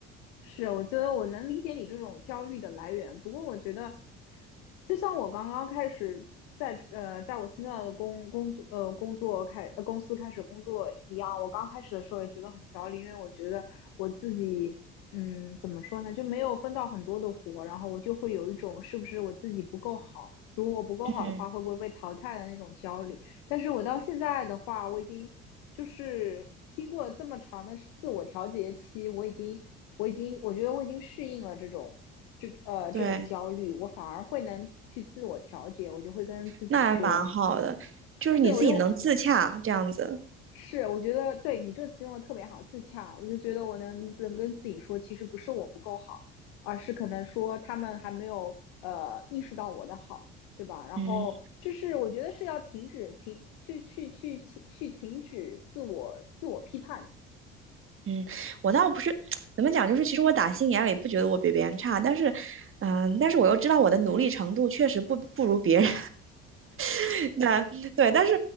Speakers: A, on the left; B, on the right.
A: 是，我觉得我能理解你这种焦虑的来源。不过，我觉得，就像我刚刚开始在呃，在我现在的工工作呃工作开呃公司开始工作一样，我刚开始的时候也觉得很焦虑，因为我觉得我自己嗯怎么说呢，就没有分到很多的活，然后我就会有一种是不是我自己不够好，如果我不够好的话，
B: 嗯，
A: 会不会被淘汰的那种焦虑。但是我到现在的话，我已经就是经过这么长的自我调节期，我已经。我已经我觉得我已经适应了这种这呃这种焦虑，
B: 对，
A: 我反而会能去自我调节，我就会跟自己说，
B: 那还蛮好的，就是你自己能自洽这样子。
A: 对我就是我觉得对你这个词用的特别好，自洽，我就觉得我能能跟自己说，其实不是我不够好，而是可能说他们还没有呃意识到我的好，对吧？然后。
B: 嗯。
A: 就是我觉得是要停止停去去去去去停止自我自我批判，
B: 嗯，我倒不是 <tsk> 怎么讲，就是其实我打心眼里不觉得我比别人差，但是，嗯、但是我又知道我的努力程度确实不不如别人。<laughs> 那对，但是